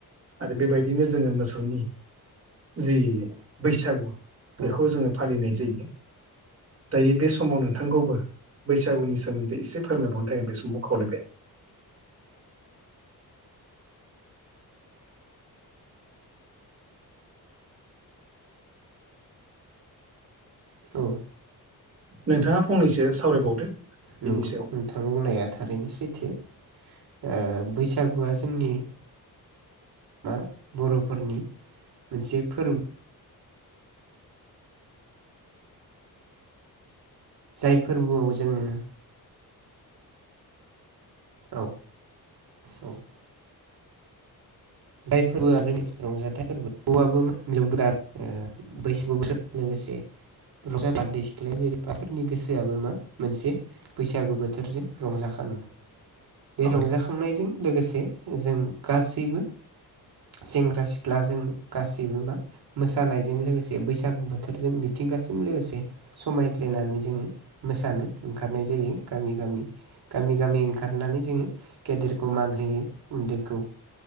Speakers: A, on the right (about 40°); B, on the right (about 85°).
A: आरो बेबायदिनो जोङो मोसौनि जि बैसागु बेखौ
B: औ
A: जोङो फालिनाय जायो। दायो बे समाव नोंथांखौबो बैसागुनि सोमोन्दै एसे फोरमायबावनो थाखाय आं बे समाव खावलायबाय।
B: औ
A: नोंथाङा फंनैसो सावरायबावदो। बेनि
B: नंगौ
A: सायाव
B: नोंथां बुंनाया थारैनो सैथो ओ बैसागुआ जोंनि मा बर'फोरनि मोनसे फोरबो जाय फोरबोआव जोङो औ औ। जाय फोरबोआ जोंनि रंजाथाइ फोरबो <inaudible> ओ बैसागु बोथोर लोगोसे रंजा बारदैसिख्लाया <inaudible> गोसोआबो मा मोनसे बैसागु बोथोरजों रंजाखाङो। बे
A: औ
B: रंजाखांनायजों लोगोसे जों गासैबो सेंग्रा सिख्ला जों गासैबो मा मोसानायजों लोगोसे बैसागु बोथोरजों मिथिंगाजों लोगोसे समायफ्लेनानै जोङो मोसानो ओंखारनाय जायो गामि गामि। गामि गामि ओंखारनानै जोङो गेदेरखौ मान होयो उन्दैखौ